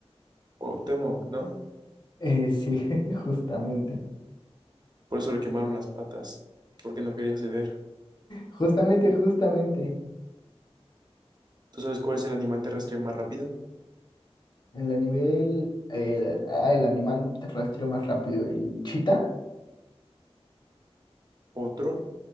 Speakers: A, on the right (about 40°); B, on the left (about 45°).
A: Cuauhtémoc, ¿no?
B: Eh, sí, <laughs> justamente.
A: Por eso le quemaron las patas, porque no quería ceder.
B: Justamente, justamente.
A: ¿Tú sabes cuál es el animal terrestre más rápido?
B: El animal, eh, ah, el animal terrestre más rápido, el chita,
A: ¿Otro?